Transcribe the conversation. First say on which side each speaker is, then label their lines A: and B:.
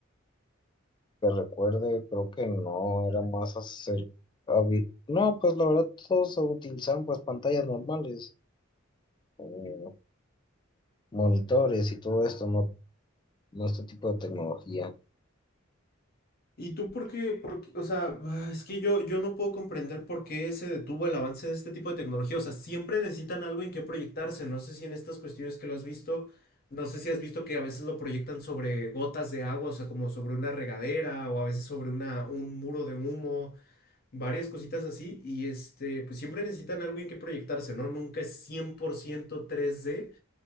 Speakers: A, on the left (about 20°); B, on the left (about 45°).
A: Que recuerde, creo que no, era más hacer, habi- no, pues la verdad todos utilizaban pues pantallas normales, eh, monitores y todo esto, ¿no? nuestro tipo de tecnología.
B: ¿Y tú por qué, por qué- o sea, ah, es que yo, yo no puedo comprender por qué se detuvo el avance de este tipo de tecnología. O sea, siempre necesitan algo en qué proyectarse. No sé si en estas cuestiones que lo has visto, no sé si has visto que a veces lo proyectan sobre gotas de agua, o sea, como sobre una regadera o a veces sobre una, un muro de humo, varias cositas así. Y este, pues siempre necesitan algo en qué proyectarse, ¿no? Nunca es cien por ciento tres d